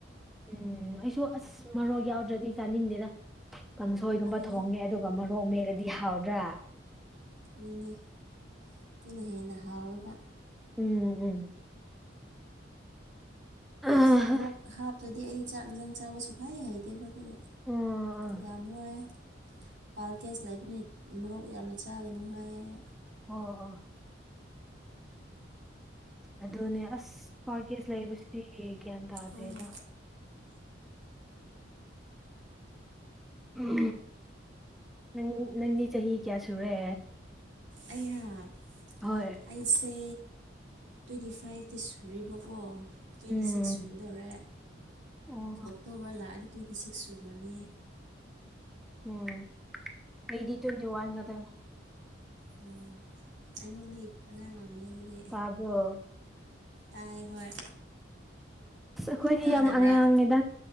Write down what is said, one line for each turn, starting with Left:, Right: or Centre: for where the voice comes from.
Centre: ꯎꯝ ꯑꯩꯁꯨ ꯑꯁ ꯃꯔꯣꯛ ꯌꯥꯎꯗ꯭ꯔꯗꯤ ꯆꯥꯅꯤꯡꯗꯦꯅ ꯀꯥꯡꯁꯣꯏꯒꯨꯝꯕ
Right: ꯑꯗꯨꯅꯤ
Centre: ꯊꯣꯡꯉꯦ ꯑꯗꯨꯒ ꯃꯣꯔꯣꯛ ꯃꯦꯠꯂꯗꯤ ꯍꯥꯎꯗ꯭ꯔꯥ
Right: ꯑꯗꯨꯅꯦ ꯑꯗꯨꯅ ꯍꯦꯟꯅ ꯍꯥꯎꯋꯦꯕ
Centre: ꯎꯝ ꯎꯝ ꯑꯣ
Right: ꯃꯔꯣꯔꯣꯛ ꯍꯥꯞꯇ꯭ꯔꯗꯤ ꯑꯩ ꯆꯥꯛ ꯌꯦꯟꯁꯥꯡ ꯆꯥꯕ ꯁꯨꯍꯩ ꯍꯩꯇꯦꯕ ꯑꯗꯨꯒ
Centre: ꯎꯝ
Right: ꯌꯥꯝ ꯋꯥꯏ ꯄꯥꯜꯀꯦꯁ ꯂꯩꯕꯅꯦ ꯃꯔꯣꯛ ꯌꯥꯝꯅ ꯆꯥꯒꯅꯨ ꯍꯥꯏꯌꯦ
Centre: ꯑꯣ ꯑꯣ ꯑꯗꯨꯅꯦ ꯑꯁ ꯄꯥꯀꯦꯖ ꯂꯩꯕꯁꯤꯗꯤ ꯒ꯭ꯌꯥꯟ ꯇꯥꯗ꯭ꯔꯦꯗ
Right: ꯑꯣ
Centre: ꯎ ꯅꯪ ꯅꯪꯗꯤ ꯆꯍꯤ ꯀꯌꯥ ꯁꯨꯔꯦ
Right: ꯑꯩꯔꯣ
Centre: ꯍꯣꯏ
Right: ꯑꯩꯁꯦ ꯇ꯭ꯋꯦꯟꯇꯤ ꯐꯥꯏꯚꯇꯤ ꯁꯨꯔꯦꯕꯀꯣ ꯇ꯭ꯋꯦꯟꯇꯤ
Centre: ꯎꯝ
Right: ꯁꯤꯛꯁ ꯁꯨꯒꯗꯧꯔꯦ
Centre: ꯑꯣ
Right: ꯑꯣꯛꯇꯣꯕꯔ ꯂꯥꯛꯑꯗꯤ ꯇ꯭ꯋꯦꯟꯇꯤ ꯁꯤꯛꯁ ꯁꯨꯒꯅꯤ
Centre: ꯎꯝ ꯑꯩꯇꯤ ꯇꯋꯦꯟꯇꯤ ꯋꯥꯟ ꯀꯗꯪ
Right: ꯑꯣ ꯑꯩꯉꯣꯟꯗꯩ ꯑꯉꯥꯡ ꯑꯣꯢꯔꯤꯅꯦ ꯑꯗꯨꯗꯤ
Centre: ꯇꯥꯕ꯭ꯔꯣ
Right: ꯇꯥꯏꯌꯦ ꯍꯣꯏ
Centre: ꯑꯁ ꯑꯩꯈꯣꯏꯗꯤ
Right: ꯇꯥꯗꯕ꯭ꯔꯥ
Centre: ꯌꯥꯝ ꯑꯉꯥꯡꯅꯤꯗ